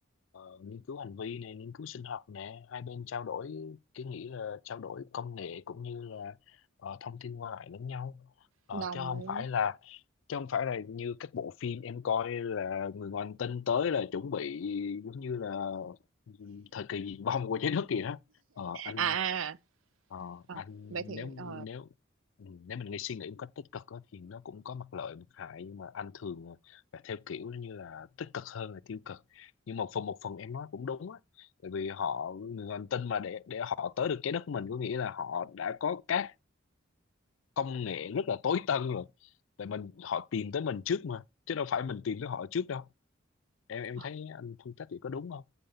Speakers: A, on the left; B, on the right.
A: ờ, nghiên cứu hành vi này nghiên cứu sinh học nè hai bên trao đổi cái nghĩa là trao đổi công nghệ cũng như là ờ, thông tin qua lại lẫn nhau Ờ,
B: đồng
A: chứ không
B: ý.
A: phải là chứ không phải là như các bộ phim em coi là người ngoài hành tinh tới là chuẩn bị giống như là ừ, thời kỳ diệt vong của trái đất kìa đó Ờ, anh
B: À, à, à.
A: Ờ,
B: Ờ,
A: anh
B: vậy thì
A: nếu
B: ờ,
A: nếu ừ, nếu mình nghĩ suy nghĩ một cách tích cực á, thì nó cũng có mặt lợi mặt hại nhưng mà anh thường ờ, là theo kiểu như là tích cực hơn là tiêu cực nhưng một phần một phần em nói cũng đúng á tại vì họ người hành tinh mà để để họ tới được trái đất mình có nghĩa là họ đã có các công nghệ rất là tối tân rồi tại mình họ tìm tới mình trước mà chứ đâu phải mình tìm tới họ trước đâu em em
B: ờ,
A: thấy anh phân tích vậy có đúng không